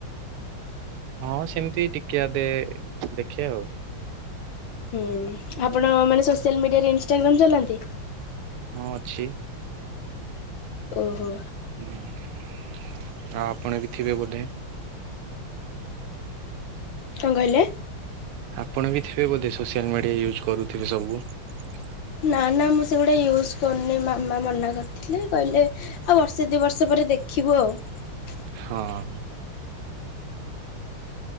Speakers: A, on the right; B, on the left.
A: ହଁ ସେମିତି ଟିକିଏ ଅଧେ ଦେଖିବା ଆଉ।
B: ହୁଁ ଆପଣ ମାନେ ସୋସିଆଲ ମିଡିଆରେ ଇନଷ୍ଟାଗ୍ରାମ ଚଲାନ୍ତି?
A: ହଁ ଅଛି।
B: ଓହୋ।
A: ହୁଁ ଆଉ ଆପଣ ବି ଥିବେ ବୋଧେ।
B: କଣ କହିଲେ?
A: ଆପଣ ବି ଥିବେ ବୋଧେ ସୋସିଆଲ ମିଡିଆ ୟୁଜ୍ କରୁଥିବେ ସବୁ ।
B: ନା ନା ମୁଁ ସେଗୁଡା ୟୁଜ କରୁନି ମାମା ମନା କର ଥିଲେ କହିଲେ ଆଉ ବର୍ଷେ ଦି ବର୍ଷ ପରେ ଦେଖିବୁ ଆଉ ।
A: ହଁ ।